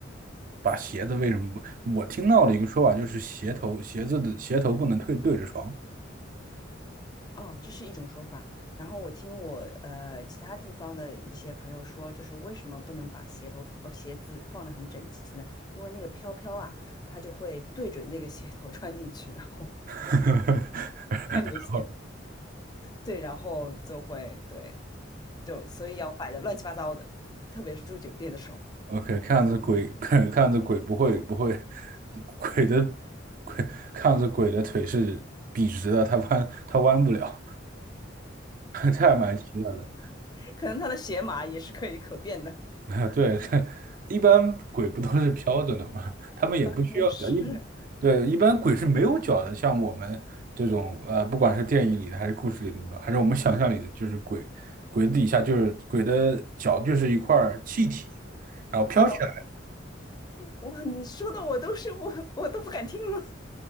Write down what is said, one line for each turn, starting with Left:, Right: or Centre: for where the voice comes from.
Right: 把鞋子为什么不？我听到了一个说法，就是鞋头鞋子的鞋头不能对对着床。
Left: 哦，这是一种说法。然后我听我呃其他地方的一些朋友说，就是为什么不能把鞋头呃鞋子放得很整齐呢？因为那个飘飘啊，它就会对准那个鞋头穿进去，然后
Right: <laughs>
Left: 穿你的鞋，对，然后就会对，就所以要摆的乱七八糟的，特别是住酒店的时候，
Right: OK，看样子鬼 <laughs> 看看样子鬼不会不会，鬼的鬼看样子鬼的腿是笔直的，它弯它弯不了，<laughs> 这还蛮奇怪的。
Left: 可能他的鞋码也是可以可变的。
Right: <laughs> 对，<laughs> 一般鬼不都是飘着的吗？他们也不需要脚。
Left: <laughs> 也是
Right: 一对，一般鬼是没有脚的，像我们这种呃，不管是电影里的还是故事里的，还是我们想象里的，就是鬼，鬼底下就是鬼的脚就是一块儿气体，然后飘起来。
Left: 哦，哇，你说的我都是我我都不敢听了。